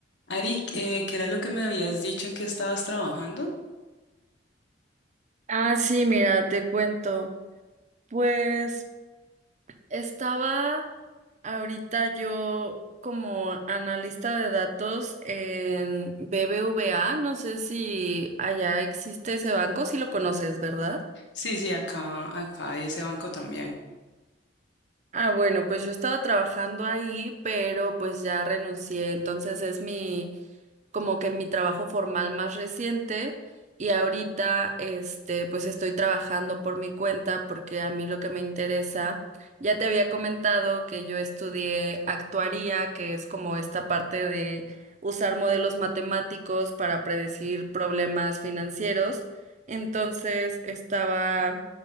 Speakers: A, on the left; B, on the right.
A: Ari, eh, ¿qué era lo que me habías dicho en que estabas trabajando?
B: Ah, sí, mira, te cuento. Pues estaba ahorita yo como analista de datos en BBVA. No sé si allá existe ese banco, si lo conoces, ¿verdad?
A: Sí, sí, acá, acá hay ese banco también.
B: Ah, bueno, pues yo estaba trabajando ahí, pero pues ya renuncié, entonces es mi como que mi trabajo formal más reciente y ahorita este pues estoy trabajando por mi cuenta porque a mí lo que me interesa, ya te había comentado que yo estudié actuaría, que es como esta parte de usar modelos matemáticos para predecir problemas financieros. Entonces, estaba